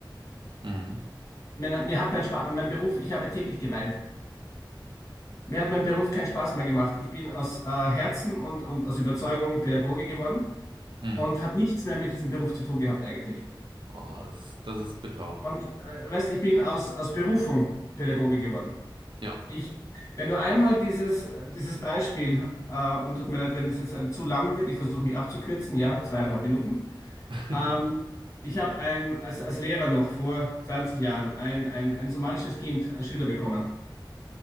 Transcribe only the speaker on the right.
Mhm.
Mhm.
Oh, das, das ist bitter.
Ja.
<laughs>